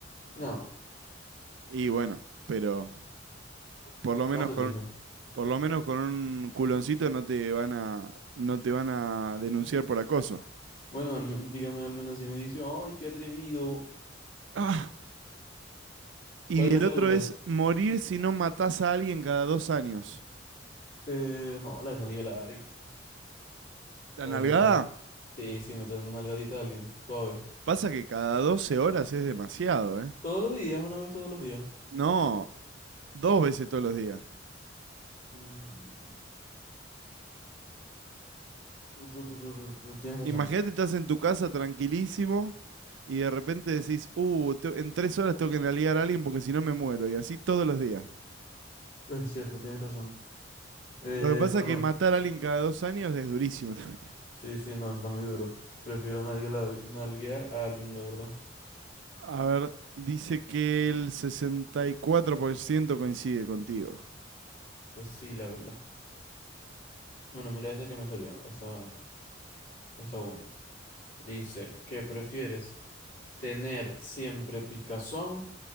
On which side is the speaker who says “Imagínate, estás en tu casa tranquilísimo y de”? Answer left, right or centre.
Right